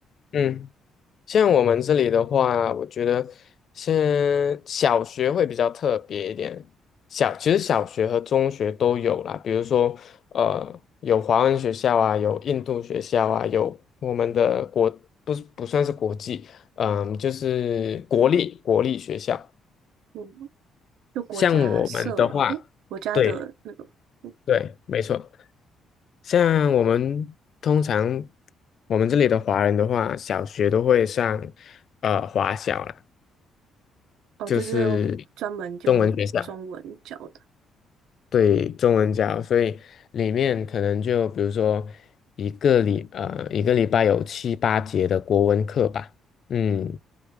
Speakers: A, on the left; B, on the right.
A: 嗯，像我们这里的话，我觉得先小学会比较特别一点。小，其实小学和中学都有啦，比如说，呃，有华文学校啊，有印度学校啊，有我们的国，不是不算是国际，嗯、就是国立国立学校。
B: 嗯，就国家设，
A: 像我们的话，
B: 诶，国家的那个，
A: 对
B: 嗯
A: 对，没错。像我们通常我们这里的华人的话，小学都会上呃华小啦。
B: 哦，
A: 就是
B: 就是专门用中文教的？
A: 中文学校，对，中文教，所以里面可能就比如说一个礼呃一个礼拜有七八节的国文课吧，嗯，